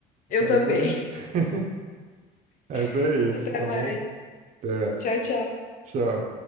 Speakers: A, on the left; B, on the right.
A: Eu
B: mas
A: também.
B: é, <laughs> mas é
A: <laughs> Até
B: isso, tá
A: mais.
B: bom? É,
A: Tchau, tchau.
B: tchau.